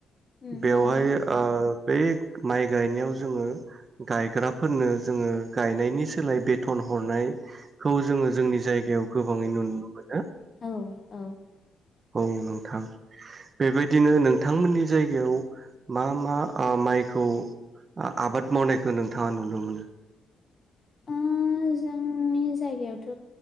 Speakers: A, on the left; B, on the right.
A: उम
B: बेवहाय
A: नंगौ
B: ओ बै माइ गायनायाव जोङो गायग्राफोरनो जोङो गायनायनि सोलाय बेथन हरनाय खौ जोङो जोंनि जायगायाव गोबाङै नुनो मोनो।
A: औ औ।
B: औ नोंथां बेबायदिनो नोंथांमोननि जायगायाव मा मा ओ माइखौ आबाद मावनायखौ नोंथाङा नुनो मोनो?
A: ओ जोंनि जायगायावथ'